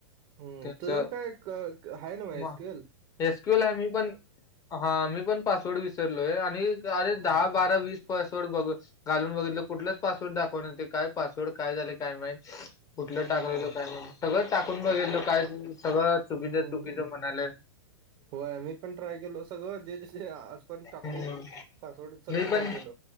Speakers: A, on the right (about 40°); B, on the left (about 25°).
A: हम्म
B: त्यांच
A: तुज जर काय आहे नव्हं
B: मग
A: स्केल
B: एस क्यू ला मी पण हा मी पण पासवर्ड विसरलोय आणि अरे
A: हां.
B: दहा, बारा, वीस पासवर्ड बघ घालून बघितलं कुठलंच पासवर्ड दाखवणार ते काय पासवर्ड काय झाले काय माहित. कुठलं
A: हं,
B: टाकलेल काय नाही सगळं टाकून बघितल काय सगळं चुकीचं
A: हं.
B: चुकीचं म्हणालय.
A: होय मी पण ट्राय केलो सगळं जे ज पण टाकलोयच
B: हं.
A: पासवर्ड सगळं
B: मी
A: ट्राय
B: पण
A: केलो.